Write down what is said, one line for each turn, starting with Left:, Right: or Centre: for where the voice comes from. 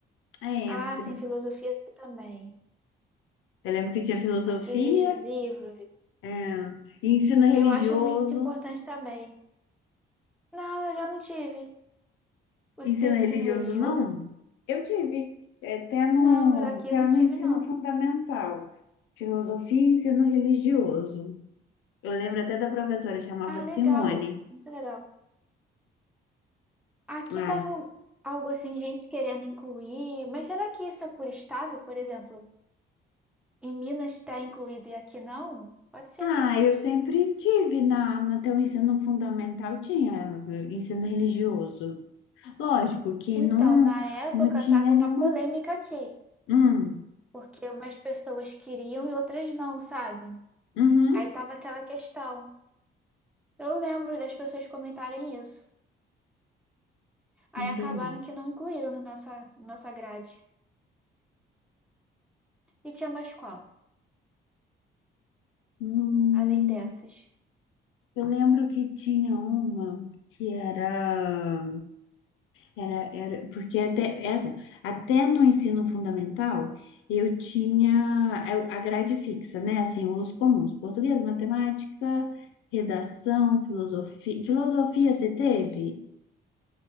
Left: É,
Centre: Ah,
Left: cê-
Centre: sim, filosofia também.
Left: eu lembro que tinha filosofia,
Centre: Aqueles livros.
Left: é, e ensino religioso.
Centre: Eu acho muito importante também. Não, eu já não tive. Você
Left: Ensino
Centre: teve
Left: religioso
Centre: ensino religioso?
Left: não? Eu tive, é, até no,
Centre: Não, eu aqui
Left: até
Centre: eu não
Left: no
Centre: tive,
Left: ensino
Centre: não.
Left: fundamental, filosofia e ensino religioso. Eu lembro até da professora, chamava
Centre: Ah,
Left: Simone.
Centre: legal. Muito legal. Aqui
Left: Ah,
Centre: tava algo assim, gente querendo incluir, mas será que isso é por estado, por exemplo? Em Minas está incluído e aqui não? Pode ser,
Left: ah,
Centre: né?
Left: eu sempre tive na, na- até o ensino fundamental, tinha eh, ensino religioso. Lógico que
Centre: Então,
Left: não,
Centre: na época
Left: não tinha
Centre: tava uma
Left: nenhuma.
Centre: polêmica aqui,
Left: Hum,
Centre: porque umas pessoas queriam e outras não, sabe?
Left: uhum,
Centre: Aí tava aquela questão. Eu lembro das pessoas comentarem isso. Aí
Left: entendi.
Centre: acabaram que não incluíram na nossa, nossa grade. E tinha mais qual,
Left: Hum,
Centre: além dessas?
Left: eu lembro que tinha uma que era. Era, era, porque até, é assim, até no ensino fundamental, eu tinha a a grade fixa, né? Assim, os comuns, português, matemática, redação, filosofia. Filosofia você teve?